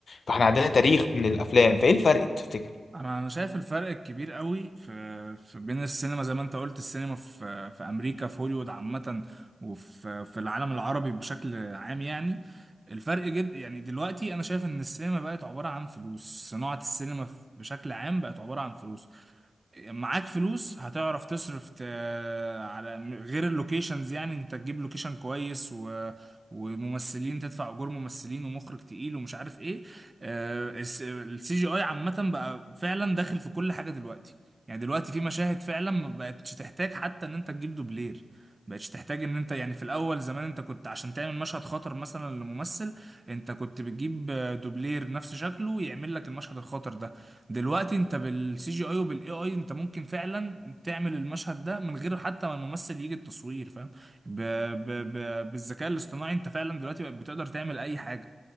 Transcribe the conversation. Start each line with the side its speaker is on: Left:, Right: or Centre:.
Left: فاحنا عندنا تاريخ من الافلام فايه الفرق تفتكر
Right: انا انا شايف الفرق الكبير قوي في في بين السينما زي ما انت قلت السينما في في امريكا في هوليوود عامه وفي في العالم العربي بشكل عام يعني الفرق جد يعني دلوقتي انا شايف ان السينما بقت عباره عن فلوس صناعه السينما بشكل عام بقت عباره عن فلوس معاك فلوس هتعرف تصرف ت... على م- غير اللوكيشنز يعني انت تجيب لوكيشن كويس و... وممثلين تدفع اجور ممثلين ومخرج تقيل ومش عارف ايه السي جي اي عامة بقى فعلا داخل في كل حاجة دلوقتي يعني دلوقتي في مشاهد فعلا ما بقتش تحتاج حتى ان انت تجيب دوبلير بقتش تحتاج ان انت يعني في الاول زمان انت كنت عشان تعمل مشهد خطر مثلا لممثل انت كنت بتجيب آه، دوبلير نفس شكله يعمل لك المشهد الخطر ده دلوقتي انت بالسي جي اي وبالاي اي انت ممكن فعلا تعمل المشهد ده من غير حتى ما الممثل يجي التصوير فاهم ب... ب... ب... بالذكاء الاصطناعي انت فعلا دلوقتي بقت بتقدر تعمل اي حاجه